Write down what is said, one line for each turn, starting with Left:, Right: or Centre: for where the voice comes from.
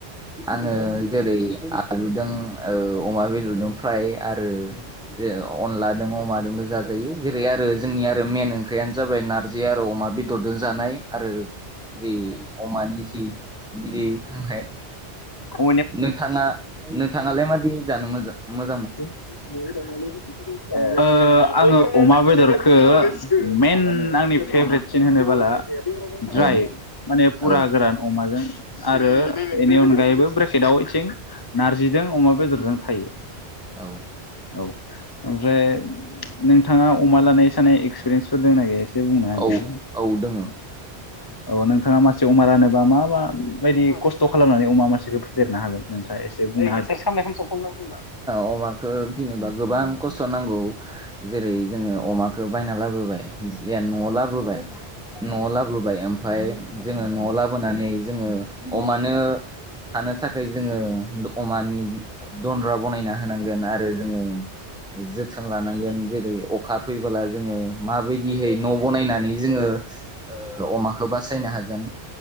Centre: आङो जेरै आलुदों ओ अमा बेदरदों फ्राय आरो ओ अनलादों अमादोंबो जाजायो जेरै आरो जोंनि आरो मेन ओंख्रिआ जाबाय नारजि आरो अमा। बेदरदों जानाय आरो जि अमानि जि बिदि हांनाय
Left: ओ
Centre: नोंथाङा नोंथाङालाय मादि जानो मोजां मो
Left: <unintelligible> ओ आङो अमा बेदरखो मेन। आंनि फेब्रेटसिन होनोबोला। द्राय
Centre: औ
Left: माने फुरा
Centre: औ
Left: गोरान अमाजों आरो बेनि अनगायैबो ब्रेकेटाव इथसे। <unintelligible> नारजिजों अमा बेदरजों थायो।
Centre: औ।
Left: औ ओमफ्राय नोंथाङा अमा लानाय सानाय एक्सपिरियेन्सफोर दंना गैया एसे बुंनो होदे।
Centre: औ औ दोङो
Left: औ नोंथाङा मासे अमा लानोबा मा-मा बायदि खस्थ' खालामनानै अमा मानसेखौ फेदेरनो हागोन। नोंथाङा एसे बुंना होदे <unintelligible>
Centre: अमाखो फिनोबा गोबां खस्थ' नांगौ जेरै जोङो अमाखौ बायना लाबोबाय। ज्लेन न'आव लाबोबाय न'आव लाबोबाय ओमफाय जोङो न'आव लाबोनानै जोङो अमानो थानो थाखाय जोङो। अमानि दन्द्रा बनायना होनांगोन आरो जोङो जोथोन लानांगोन जेरै अखा। फैबोला जोङो। माबायदिहै न' बनायनानै जोङो ओ अमाखौ बासायनो हागोन